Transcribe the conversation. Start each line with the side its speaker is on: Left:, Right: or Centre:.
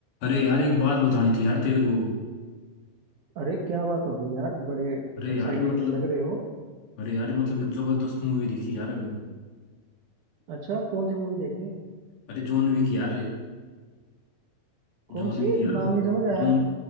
Left: अरे यार एक बात बतानी थी यार तेरे को
Right: अरे क्या बात हो गई यार बड़े
Left: अरे
Right: एक्साइटेड
Left: यार मतलब
Right: से लग रहे हो
Left: अरे यार मतलब एक जबरदस्त मूवी देखी यार अभी
Right: अच्छा कौन सी मूवी देख ली
Left: अरे जॉन विक यार
Right: कौन
Left: जॉन
Right: सी
Left: विक यार
Right: नाम
Left: हो
Right: नहीं समझ आया
Left: जॉन